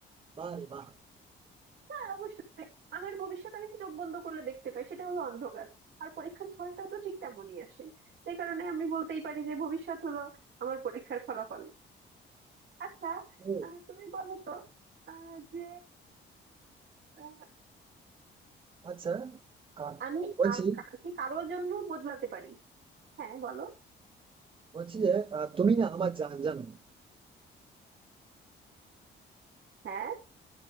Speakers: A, on the right (about 25°); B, on the right (about 65°).
A: বাহ রে বাহ
B: হ্যাঁ অবশ্যই আমার ভবিষ্যৎ আমি চোখ বন্ধ করলে দেখতে পাই সেটা হলো অন্ধকার আর পরীক্ষার ফলটাও তো ঠিক তেমনই আসে সে কারণে আমি বলতেই পারি যে ভবিষ্যৎ হলো আমার পরীক্ষার ফলাফল আচ্ছা
A: ও
B: আহ, তুমি বলো তো আহ, যে আহ,
A: আচ্ছা আহ,
B: আমি
A: বলছি
B: আর কা- কি কারোর জন্য বদলাতে পারি হ্যাঁ বলো
A: বলছি যে আহ, তুমি না আমার জান জানো
B: হ্যাঁ